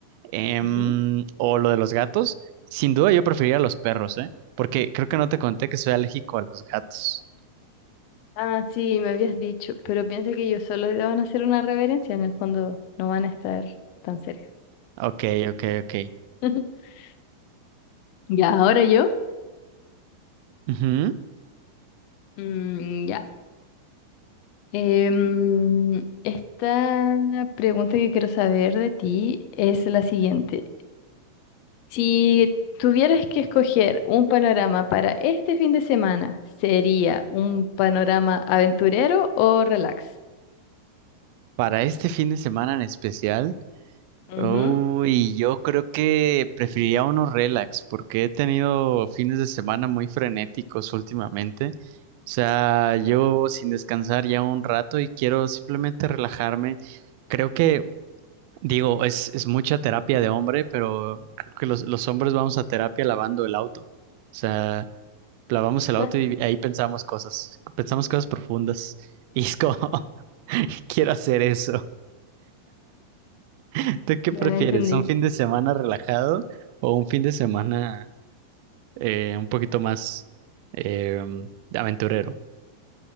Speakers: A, on the right; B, on the left.
A: Em,
B: Ujú.
A: o lo de los gatos. Sin duda yo preferiría los perros, ¿eh? Porque creo que no te conté que soy alérgico a los gatos.
B: Ah, sí, me habías dicho, pero piensa que ellos solo te van a hacer una reverencia, en el fondo no van a estar tan cerca.
A: Ok, ok, ok.
B: <laughs> Ya, ahora yo.
A: Ujú.
B: Mm, ya. Em, esta pregunta que quiero saber de ti es la siguiente. Si tuvieras que escoger un panorama para este fin de semana, ¿sería un panorama aventurero o relax?
A: Para este fin de semana en especial,
B: Ujú.
A: uy, yo creo que preferiría uno relax, porque he tenido fines de semana muy frenéticos últimamente. O sea, yo sin descansar ya un rato y quiero simplemente relajarme. Creo que Digo, es, es mucha terapia de hombre, pero creo que los, los hombres vamos a terapia lavando el auto. O sea, lavamos el auto
B: <laughs>
A: y ahí pensamos cosas, pensamos cosas profundas. <laughs> Y es como, <laughs> quiero hacer eso. <laughs> ¿Tú qué
B: Ya
A: prefieres?
B: entendí.
A: ¿Un fin de semana relajado o un fin de semana eh, un poquito más eh, aventurero?